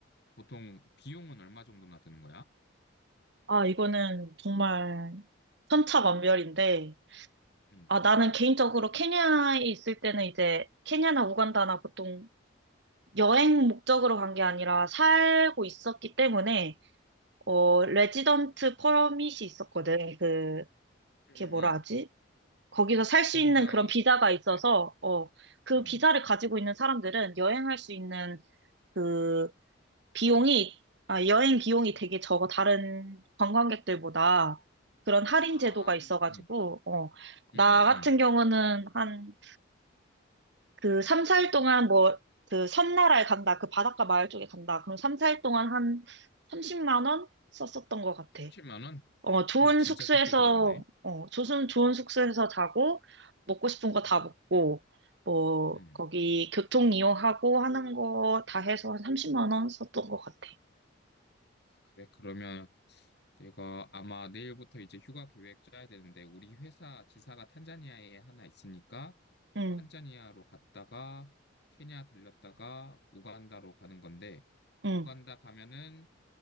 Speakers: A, on the left; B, on the right.
A: 보통 비용은 얼마 정도나 드는 거야?
B: 아, 이거는 정말 천차만별인데,
A: 응,
B: 아, 나는 개인적으로 케냐에 있을 때는 이제 케냐나 우간다나 보통 여행 목적으로 간 게 아니라 살고 있었기 때문에, 어, 레지던트 퍼밋이 있었거든. 그,
A: 응,
B: 그게
A: 응.
B: 뭐라
A: 응.
B: 하지? 거기서 살 수
A: 거주자
B: 있는 그런 비자가 있어서,
A: 네,
B: 어, 그
A: 어.
B: 비자를 가지고 있는 사람들은 여행할 수 있는 그 비용이, 아, 여행 비용이 되게 적어, 다른 관광객들보다. 그런 할인
A: 아,
B: 제도가 있어가지고,
A: 응,
B: 어,
A: 응,
B: 나
A: 응,
B: 같은
A: 응.
B: 경우는 한 그 3, 4일 동안 뭐, 그 섬나라에 간다, 그 바닷가 마을 쪽에 간다. 그럼 3, 4일 동안 한 30만 원 썼었던 것 같아.
A: 30만 원?
B: 어, 좋은
A: 오, 진짜
B: 숙소에서,
A: 적게 들어가네.
B: 어, 좋은, 좋은 숙소에서 자고, 먹고 싶은 거
A: 음,
B: 다 먹고, 뭐,
A: 음.
B: 거기 교통 이용하고 하는 거 다 해서 한 30만 원 썼던 것 같아.
A: 그래, 그러면 내가 아마 내일부터 이제 휴가 계획 짜야 되는데, 우리 회사 지사가 탄자니아에 하나 있으니까,
B: 응.
A: 탄자니아로 갔다가, 케냐 들렸다가, 우간다로 가는 건데,
B: 응,
A: 우간다 가면은